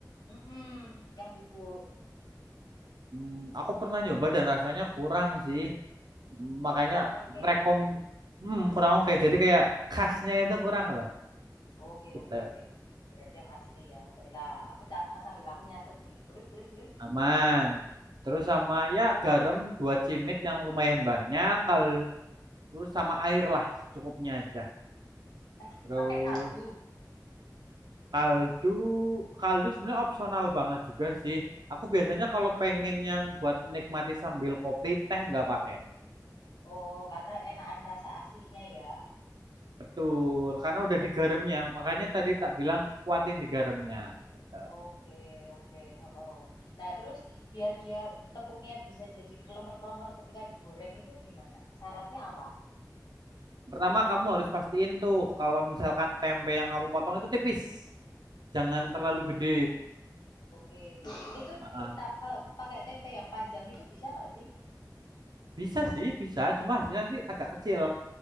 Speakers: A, on the left (about 75°); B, on the right (about 75°).
A: Mm-mm. Yang bubuk
B: Hmm, aku pernah nyoba dan rasanya kurang sih. Makanya
A: kurang oke
B: rekom
A: ya?
B: hmm, kurang oke. Jadi kayak khasnya itu kurang lah.
A: Oke
B: Gitu.
A: oke oke. Berarti yang asli ya. Baiklah, aku ca- sambil aku nyatet nih. Terus terus terus.
B: Aman. Terus sama ya garam dua cimit yang lumayan banyak. Kal terus sama air lah secukupnya aja.
A: Eh,
B: Terus
A: pakai kaldu.
B: kaldu kaldu sebenarnya opsional banget juga sih. Aku biasanya kalau pengen yang buat nikmati sambil kopi teh nggak pakai.
A: Oh, karena enakan rasa aslinya ya.
B: Betul, karena udah digaramnya. Makanya tadi tak bilang kuatin digaramnya. Gitu.
A: Oke oke. Oh. Nah, terus biar dia tepungnya bisa jadi kelemer-kelemer ketika digoreng itu gimana? Syaratnya apa?
B: Pertama kamu harus pastiin tuh kalau misalkan tempe yang kamu potong itu tipis, jangan terlalu gede.
A: Oke. Itu
B: Heeh.
A: kita kalau pakai tempe yang panjang itu bisa nggak sih?
B: Bisa sih, bisa. Cuma hasilnya nanti agak kecil